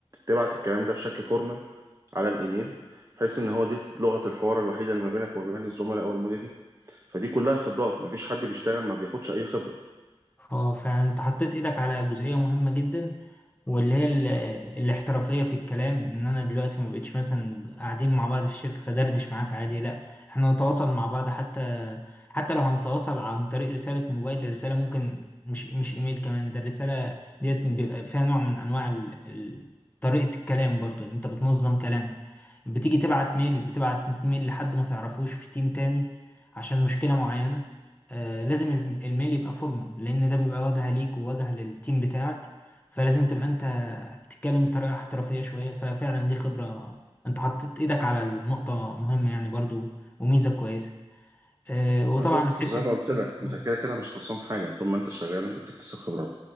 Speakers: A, on the right; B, on the left.
A: تبعت الكلام ده بشكل فورمال على الايميل بحيث ان هو دي لغه الحوار الوحيده اللي ما بينك وما بين الزملاء او المديرين فدي كلها خبرات ما فيش حد بيشتغل ما بياخدش اي خبره
B: اه فانت حطيت ايدك على جزئية مهمة جدا واللي هي ال- الاحترافية في الكلام ان انا دلوقتي ما بقتش مثلا قاعدين مع بعض في الشركة فدردش معاك عادي لا احنا نتواصل مع بعض حتى حتى لو هنتواصل عن طريق رسالة موبايل الرسالة ممكن مش مش ايميل كمان ده الرسالة ديت بيبقى فيها نوع من انواع ال... ال... طريقة الكلام برضو إن انت بتنظم كلامك بتيجي تبعت ميل بتبعت ميل لحد ما تعرفوش في تيم تاني عشان مشكلة معينة آه، لازم الم- الميل يبقى فورمال لان ده بيبقى واجهه ليك وواجهه للتيم بتاعك فلازم تبقى انت بتتكلم بطريقه احترافيه شويه ففعلا دي خبره انت حطيت ايدك على النقطه مهمه يعني برضو وميزه كويسه آه، وطبعا
A: بالظبط زي
B: حته
A: ما قلت لك
B: آه،
A: انت كده كده مش خسران حاجه طول ما انت شغال انت بتكتسب خبرات